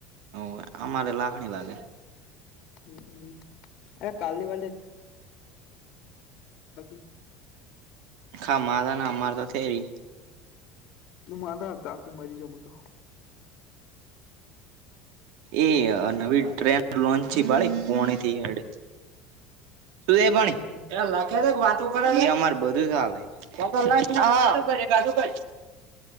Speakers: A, on the right; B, on the left.
A: ઓ અમારે લાગણી લાગે
B: હ હમ એ કાલની <unintelligible>
A: હા માલના અમાર તો થે રી
B: નું માધા તાપ મરી જ મુતો
A: એ નવી ટ્રેન લોન્ચ થ બાડી પોણી થીડે સુ એ પાણી
B: હમ
A: <unintelligible>